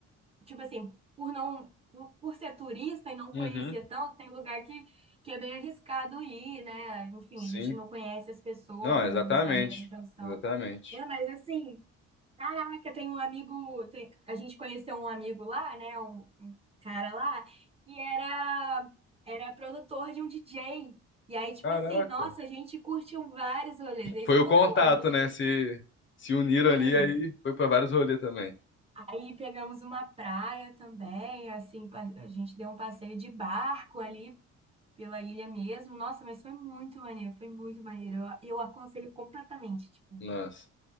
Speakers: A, on the right (about 20°); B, on the left (about 40°).
A: tipo assim, por não, por ser turista e não conhecer
B: uhum.
A: tanto, tem lugar que, que é bem arriscado ir, né? Enfim,
B: Sim.
A: a gente não conhece as pessoas,
B: Não,
A: não,
B: exatamente.
A: não sabe da intenção.
B: Exatamente.
A: É, mas assim, caraca, tem um amigo, tem- a gente conheceu um amigo lá, né? Um, um cara lá, que era, era produtor de um DJ. E aí, tipo
B: Caraca.
A: assim, nossa, a gente curtiu vários rolês, é isso
B: Foi
A: que
B: o
A: eu tô
B: contato,
A: falando, a gente.
B: né? Se, se uniram
A: Sim,
B: ali, aí foi pra vários rolês também.
A: Aí pegamos uma praia também, assim, pa- a gente deu um passeio de barco ali pela ilha mesmo. Nossa, mas foi muito maneiro, foi muito maneiro. Eu, eu aconselho completamente, tipo,
B: Nossa.